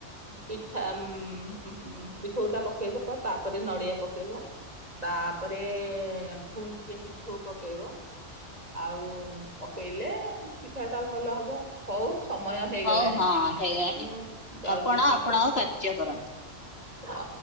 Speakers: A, on the right (about 30°); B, on the left (about 55°).
A: ପିଠା ଉମ୍ ପିଠଉଟା ପକେଇବ ତାପରେ ନଡିଆ ପକେଇବ। ତାପରେ ଫୁଣି ଟିକଏ ପିଠୋଉ ପକାଇବ ଆଉ। ହ ପକେଇଲେ ପିଠା ଟା ଭଲ ହବ ହଉ। ସମୟ ହେଇଗଲାଣି
B: ହଉ ହଁ ହେଇଗଲାଣି
A: ମୁଁ ଯାଉଛି
B: ଆପଣ
A: ଠାକୁର
B: ଆପଣଙ୍କ କାର୍ଯ୍ୟ
A: ପୂଜା
B: କରନ୍ତି।
A: ହଁ।